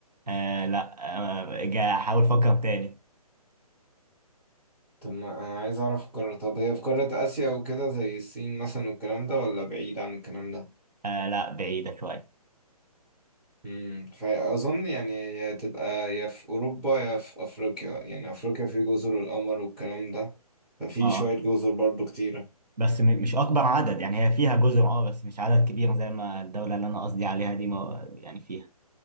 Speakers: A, on the right; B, in the centre.
A: آه لا آه جا- حاول فكر تاني
B: طب ما أنا عايز أعرف القارة طب هي في قارة آسيا وكده زي الصين مثلا والكلام ده ولا بعيد عن الكلام ده؟
A: آه لا بعيدة شوية
B: امم فأظن يعني هي تبقى يا في أوروبا يا في أفريقيا يعني أفريقيا في جزر القمر والكلام ده ففي
A: اه
B: شوية جزر برضو كتيرة
A: بس م- مش أكبر عدد يعني هي فيها جزر اه بس مش عدد كبير زي ما الدولة اللي أنا قصدي عليها دي ما يعني فيها